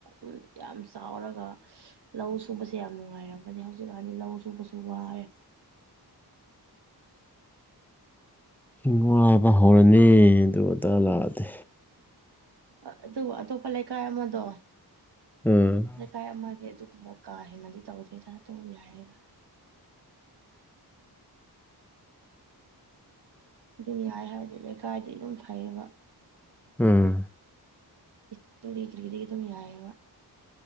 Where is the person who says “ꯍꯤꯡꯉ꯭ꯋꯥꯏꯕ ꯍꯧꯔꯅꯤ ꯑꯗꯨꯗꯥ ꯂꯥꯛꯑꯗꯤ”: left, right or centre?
Centre